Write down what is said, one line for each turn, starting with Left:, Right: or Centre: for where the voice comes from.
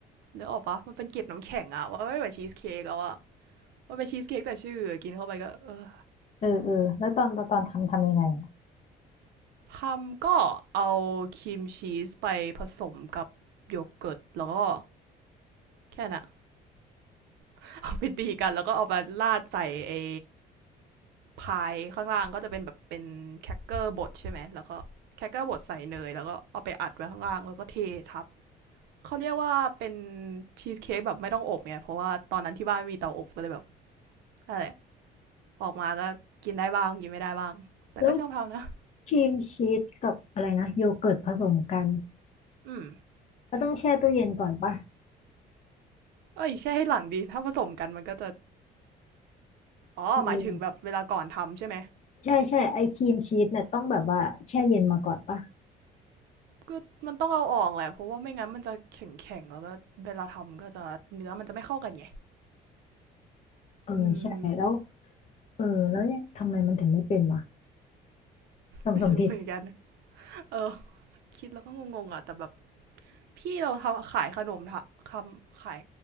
Right: เนื้อออกปะมันเป็นเกล็ดน้ำแข็งอะว่าไม่เหมือนชีสเค้กแล้วอะมันเป็นชีสเค้กแต่ชื่อกินเข้าไปก็เออ
Left: เออเออแล้วตอนตอนทำทำยังไงอะ
Right: ทำก็เอาครีมชีสไปผสมกับโยเกิร์ตแล้วก็แค่น่ะ <laughs> เอาไปตีกันแล้วก็เอาไาราดใส่ไอ้พายข้างล่างก็จะเป็นแบบเป็นแครกเกอร์บดใช่ไหมแล้วก็แครกเกอร์บดใส่เนยแล้วก็เอาไปอัดไว้ข้างล่างแล้วก็เททับเขาเรียกว่าเป็นชีสเค้กแบบไม่ต้องอบเนี่ยเพราะว่าตอนนั้นที่บ้านไม่มีเตาอบก็เลยแบบอะไรออกมาก็กินได้บ้างกินไม่ได้บ้างแต่ก็ชอบทำนะ
Left: แล้ว ครีมชีสกับอะไรนะโยเกิร์ตผสมกัน
Right: <laughs> อืม
Left: ก็ต้องแช่ตู้เย็นก่อนปะ
Right: เอ้ยแช่ให้หลังดีถ้าผสมกันมันก็จะอ๋อหมายถึงแบบเวลาก่อนทำใช่ไหม
Left: เออใช่ใช่ไอครีมชีสเนี่ยต้องแบบว่าแช่เย็นมาก่อนปะ
Right: ก็มันต้องเอาออกแหละเพราะว่าไม่งั้นมันจะแข็งๆแล้วก็เวลาทำก็จะเนื้อมันจะไม่เข้ากันไง
Left: เออใช่แล้ว
Right: อืม
Left: เออแล้วเนี่ยทำไมมันถึงไม่เป็นวะทำสมผิด
Right: ไม่รู้เหมือนกันเออคิดแล้วก็งงๆอ่ะแต่แบบพี่เราทำขายขนมทำขาย